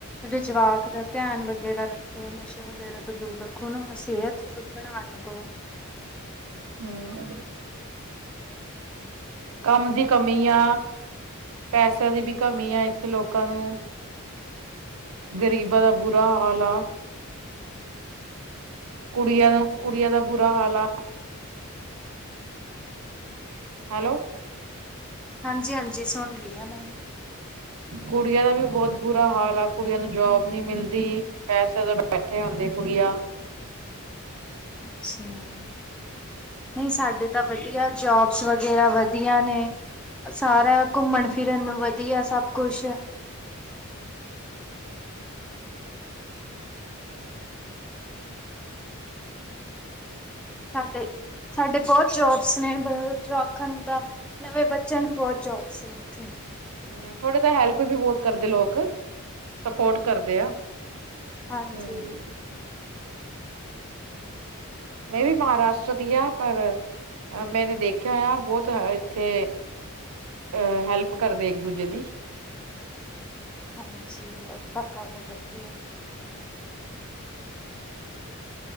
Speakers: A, in the centre; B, on the right.
A: ਜਵਾਕ ਦਾ ਧਿਆਨ ਵਗੈਰਾ ਰੱਖੋ ਨਸ਼ੇ ਵਗੈਰਾ ਤੋਂ ਦੂਰ ਰੱਖੋ ਸਿਹਤ ਸੁਹਿਤ ਬਣਾਣ ਨੂੰ ਕਹੋ।
B: ਹੂੰ, ਕੰਮ ਦੀ ਕਮੀ ਆ ਪੈਸਿਆਂ ਦੀ ਵੀ ਕਮੀ ਆ ਇੱਥੇ ਲੋਕਾਂ ਨੂੰ ਗਰੀਬਾਂ ਦਾ ਬੁਰਾ ਹਾਲ ਆ ਕੁੜੀਆਂ ਨੂੰ ਕੁੜੀਆਂ ਦਾ ਬੁਰਾ ਹਾਲ ਆ। ਹੈਲੋ।
A: ਹਾਂਜੀ ਹਾਂਜੀ ਸੁਣ ਰਹੀ ਹਾਂ ਮੈ
B: ਕੁੜੀਆਂ ਦਾ ਵੀ ਬਹੁਤ ਬੁਰਾ ਹਾਲ ਆ ਕੁੜੀਆਂ ਨੂੰ ਜੋਬ ਨੀ ਮਿਲਦੀ ਪੈਸੇ ਤੋਂ ਬੈਠੇ ਹੁੰਦੇ ਕੁੜੀਆਂ।
A: ਅੱਛਾ ਨਹੀਂ ਸਾਡੇ ਤਾਂ ਵਧੀਆ ਜੋਬਸ ਵਗੈਰਾ ਵਧੀਆ ਨੇ ਸਾਰਾ ਘੁੰਮਣ ਫਿਰਨ ਵਧੀਆ ਸਭ ਕੁਛ।
B: ਹੂੰ
A: ਸਾਡੇ ਸਾਡੇ ਬਹੁਤ ਜੋਬ ਨੇ ਜੋ ਆਖਣ ਤਾਂ ਨਵੇਂ ਬੱਚਿਆਂ ਨੂੰ ਬਹੁਤ ਜੋਬਸ ਨੇ ਇੱਥੇ।
B: ਹੂੰ ਥੋੜੇ ਤਾਂ ਹੈਲਪ ਵੀ ਬਹੁਤ ਕਰਦੇ ਲੋਕ। ਸਪੋਰਟ ਕਰਦੇ ਆ
A: ਹਾਂਜੀ-ਹਾਂਜੀ।
B: ਹੂੰ ਮੈਂ ਵੀ ਮਹਾਰਾਸ਼ਟਰ ਦੀ ਆ। ਪਰ ਮੈਨੇ ਦੇਖਿਆ ਹੋਇਆ ਬਹੁਤ ਇੱਥੇ ਅਹ ਹੈਲਪ ਕਰਦੇ ਇੱਕ ਦੂਜੇ ਦੀ।
A: ਹਾਂਜੀ ਤਾਂ ਗੱਲ ਹੈਗੀ ਆ।